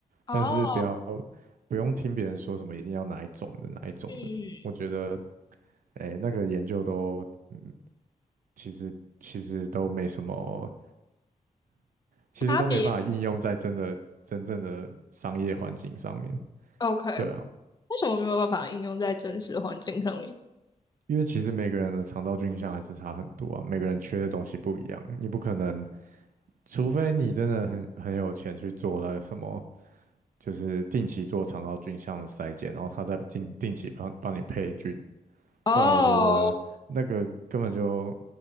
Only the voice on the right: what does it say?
但是不要不用听别人说什么一定要哪一种的哪一种的，
我觉得哎，那个研究都嗯其实其实都没什么，其实都没办法应用在真的真正的商业环境上面。
对啊，
因为其实每个人的肠道菌相还是差很多啊，每个人缺的东西不一样，你不可能，除非你真的很很有钱去做那个什么，就是定期做肠道菌相的筛检，然后他再定定期帮帮你配菌，
不然我觉得那个根本就